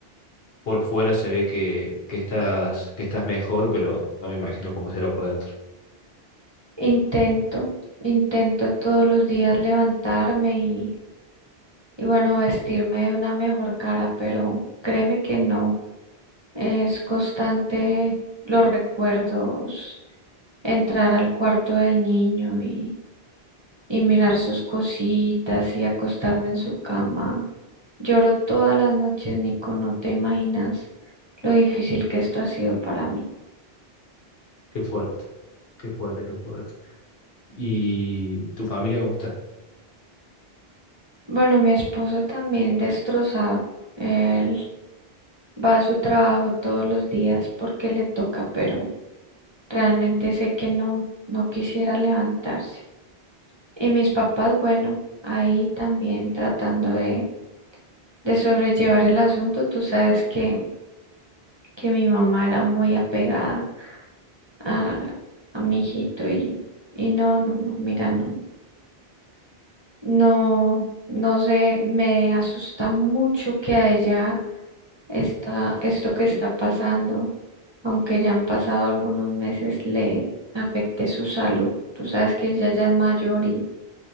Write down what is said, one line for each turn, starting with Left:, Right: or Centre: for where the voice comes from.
Left: por fuera se ve que, que estás, que estás mejor, pero no me imagino cómo será por dentro.
Right: Intento, intento todos los días levantarme y bueno, vestirme de una mejor cara, pero créeme que no. Es constante los recuerdos, entrar al cuarto del niño y, y mirar sus cositas y acostarme en su cama. Lloro todas las noches, Nico, no te imaginas lo difícil que esto ha sido para mí.
Left: Qué fuerte, qué fuerte, qué fuerte. ¿Y tu familia cómo está?
Right: Bueno, mi esposo también destrozado. Él va a su trabajo todos los días porque le toca, pero Realmente sé que no, no quisiera levantarse. Y mis papás, bueno, ahí también tratando de, de sobrellevar el asunto. Tú sabes que, que mi mamá era muy apegada a, a mi hijito y, y no, no, no, mira, no. No, no sé, me asusta mucho que a ella está esto que está pasando, aunque ya han pasado algunos meses, le afecte su salud. Tú sabes que ella ya es mayor y,